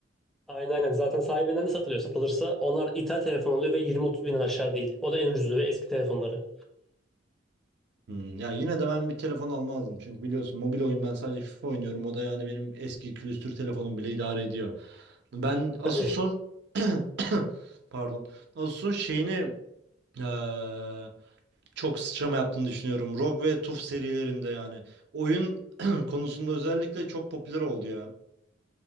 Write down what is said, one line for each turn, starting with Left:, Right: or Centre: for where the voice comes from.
Centre: Aynen aynen. Zaten sahibinden de satılıyor. Satılırsa onlar ithal telefon oluyor ve 20-30 binden aşağı değil. O da en ucuzu ve eski telefonları.
Right: Hmm, ya yine de ben bir telefon almazdım çünkü biliyorsun mobil oyun ben sadece FIFA oynuyorum o da yani benim eski külüstür telefonum bile idare ediyor. Ben
Centre: E,
Right: Asus'un
Centre: tabii.
Right: <coughs> pardon Asus'un şeyini eee, çok sıçrama yaptığını düşünüyorum. ROG ve TUF serilerinde yani oyun <coughs> konusunda özellikle çok popüler oldu ya.